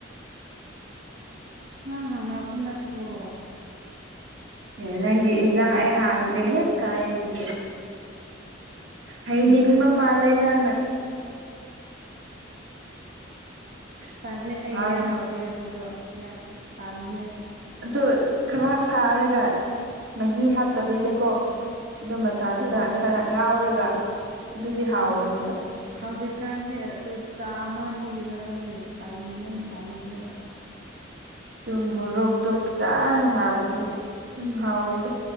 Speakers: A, on the right; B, on the right.
A: ꯅꯪ ꯍꯪꯉꯛꯄ ꯅꯠꯇ꯭ꯔꯣ
B: ꯑꯦ ꯅꯪꯒꯤ ꯏꯟꯖꯥꯡ ꯑꯩ ꯍꯥꯡꯗꯦꯍꯦ ꯀꯥꯏꯗꯒꯤ ꯍꯩꯅꯤꯡꯕ
A: ꯎꯝ
B: ꯃꯥꯜꯂꯦ ꯅꯪꯅ
A: ꯇꯜꯂꯦ ꯑꯩꯗꯤ
B: ꯍꯥꯡ
A: ꯍꯥꯎꯠ ꯇꯦ ꯑꯗꯨꯗꯣ ꯌꯥꯝ ꯇꯜꯂꯦ
B: ꯑꯗꯣ ꯈꯔ ꯁꯥꯔꯒ ꯃꯍꯤ ꯍꯥꯞꯇꯕꯤꯩꯗꯀꯣ ꯑꯗꯨ
A: ꯑꯣ
B: ꯃꯊꯟꯇ
A: ꯑꯣꯏꯔꯁꯨ
B: ꯈꯔ ꯉꯥꯎꯔꯒ ꯗꯨꯗꯤ ꯍꯥꯎꯕꯅꯤꯗ
A: ꯎꯝ ꯍꯧꯖꯤꯛꯀꯥꯟꯁꯦ ꯑꯗꯨ ꯆꯥꯃꯟꯕꯒꯤꯔꯥ ꯈꯪꯗꯦ ꯇꯟ ꯌꯥꯝ ꯇꯥꯟꯈ꯭ꯔꯦꯕ
B: ꯑꯗꯨꯝ ꯃꯣꯔꯣꯇꯣ ꯐꯖꯅ ꯍꯥꯕꯗꯤ ꯎꯝ ꯍꯥꯎꯋꯦꯗ